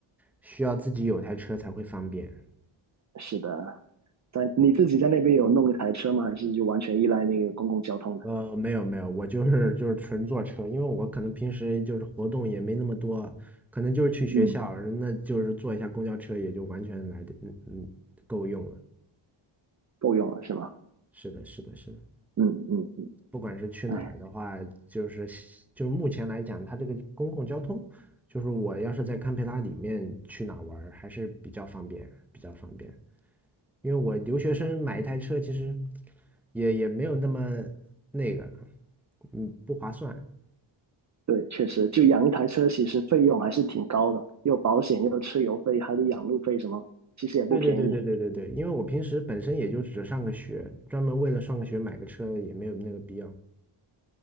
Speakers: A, in the centre; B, on the right.
A: 需要自己有台车才会方便。
B: 是的，在你自己在那边有弄一台车吗？还是就完全依赖那个公共交通的？
A: 呃，没有没有，我就是就是纯坐车，因为我可能平时就是活动也没那么多，可能就是去学校，
B: 嗯，
A: 那就是坐一下公交车也就完全来的嗯嗯够用了。
B: 够用了是吗？
A: 是的，是的，是的。
B: 嗯嗯，
A: 不管是去哪儿的话，
B: 哎。
A: 就是就是目前来讲，它这个公共交通，就是我要是在堪培拉里面去哪儿玩儿还是比较方便，比较方便。因为我留学生买一台车，其实也也没有那么那个，嗯，不划算。
B: 对，确实，就养一台车，其实费用还是挺高的，又保险，又车油费，还得养路费什么，其实也不便宜。
A: 对对对对对对对，因为我平时本身也就只上个学，专门为了上个学买个车也没有那个必要。